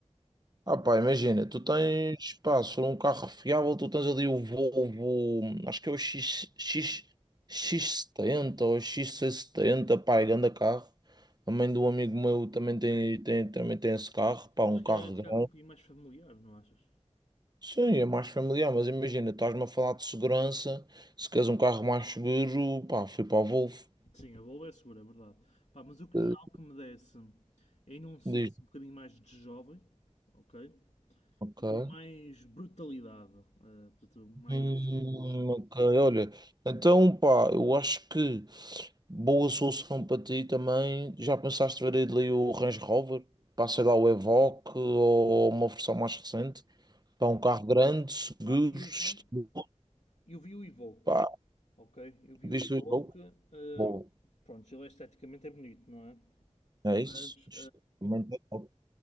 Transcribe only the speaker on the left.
Mas
se
calhar esse
carro é um bocadinho mais familiar, não achas?
Sim, a Volvo é segura, é verdade. Pá, mas eu queria
algo que me desse ainda um senso
um bocadinho mais de jovem, ok?
E com mais brutalidade, eh, portanto, mais
robusto.
Pá, eu
vi, eu vi o Evoque,
ok? Eu vi
o Evoque,
eh,
pronto, ele esteticamente é bonito, não é?
Mas,